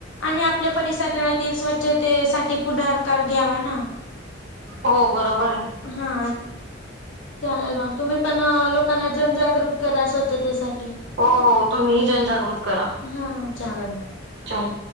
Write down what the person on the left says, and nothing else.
आणि आपल्या परिसरातील स्वच्छतेसाठी पुढारकार घ्यावा ना.
हा. चला मग तुम्ही पण लोकांना जनजागृत करा स्वच्छतेसाठी.
हा चालेल.